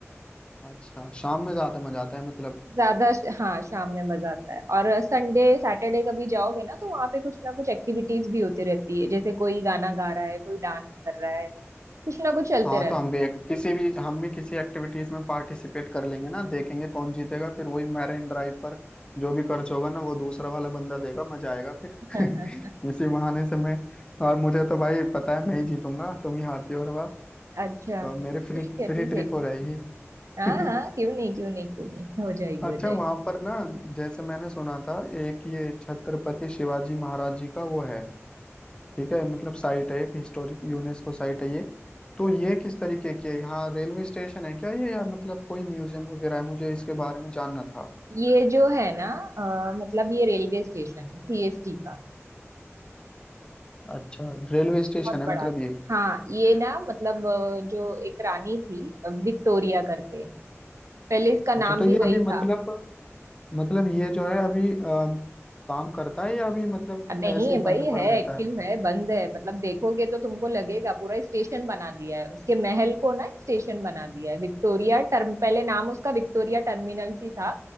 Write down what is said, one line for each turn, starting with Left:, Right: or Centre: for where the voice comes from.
Left: अच्छा शाम में ज्यादा मजा आता है मतलब
Right: ज्यादा श- हाँ शाम में मजा आता है और संडे सैटरडे कभी जाओगे ना तो वहाँ पे कुछ ना कुछ एक्टिविटीज भी होती रहती है जैसे कोई गाना गा रहा है कोई डांस कर रहा है कुछ ना कुछ चलते
Left: हाँ
Right: रहते
Left: तो हम भी एक, किसी भी हम भी किसी एक्टिविटीज में पार्टिसिपेट कर लेंगे ना देखेंगे कौन जीतेगा फिर वही मैरिन ड्राइव पर जो भी खर्च होगा ना वो दूसरा वाला बंदा देगा मजा आएगा फिर
Right: हैं
Left: <laughs> इसी बहाने से मैं और मुझे तो भाई पता है मैं ही जीतूंगा तुम ही हारती हो हर बार
Right: <laughs> अच्छा
Left: तो मेरी फ्री
Right: ठीक है
Left: फ्री
Right: ठीक
Left: ट्रिप
Right: है क्यों
Left: हो रहेगी
Right: नहीं? हाँ
Left: <laughs>
Right: हाँ क्यों नहीं क्यों नहीं क्यों नहीं हो जाएगी
Left: अच्छा
Right: हो जाएगी
Left: वहां पर ना जैसे मैंने सुना था एक ये छत्रपति शिवाजी महाराज जी का वो है ठीक है मतलब साइट है एक हिस्टोरिक यूनेस्को साइट है ये तो ये किस तरीके की है यहाँ रेलवे स्टेशन है क्या ये या मतलब कोई म्यूजियम वगैरह है मुझे इसके बारे में जानना था
Right: ये जो है ना अ, मतलब ये रेलवे स्टेशन सीएसटी का
Left: अच्छा रेलवे स्टेशन
Right: बहुत
Left: है
Right: बड़ा
Left: मतलब
Right: है
Left: ये
Right: हाँ ये ना मतलब अ, जो एक रानी थी अ, विक्टोरिया करके पहले इसका नाम
Left: अच्छा तो ये
Right: भी वही
Left: अभी मतलब
Right: था
Left: मतलब ये जो है अभी अम, काम करता है या अभी मतलब
Right: अब नहीं
Left: ऐसे ही बंद
Right: भाई
Left: पड़ा
Right: है
Left: रहता
Right: एक्टिव
Left: है
Right: है बंद है मतलब देखोगे तो तुमको लगेगा पूरा स्टेशन बना दिया है उसके महल को ना स्टेशन बना दिया है विक्टोरिया टर्म पहले नाम उसका विक्टोरिया टर्मिनल ही था